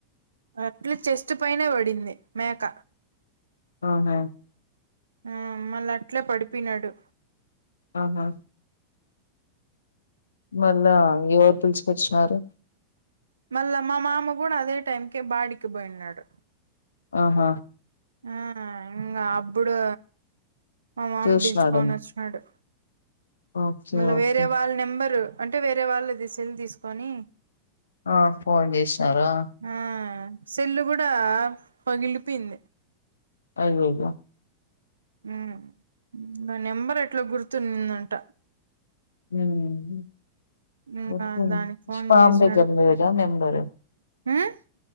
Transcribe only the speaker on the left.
ఆహా
ఆహా మళ్ళ ఎవరు పిలుచుకొచ్చినారు
ఆహ
చూసినాడేమో
ఓకే
ఓకే
ఆ ఫోన్ చేసిసరా
అయ్యయ్యో
ఉహూ <unintelligible>
మీ
మామా
దగ్గరా లేదా నెంబర్